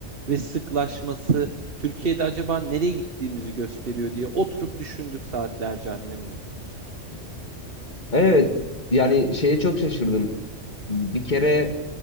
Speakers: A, on the right; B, on the left.
A: ve sıklaşması Türkiye'de acaba nereye gittiğimizi gösteriyor diye oturup düşündük saatlerce annemle.
B: Evet. Yani şeye çok şaşırdım. Bir kere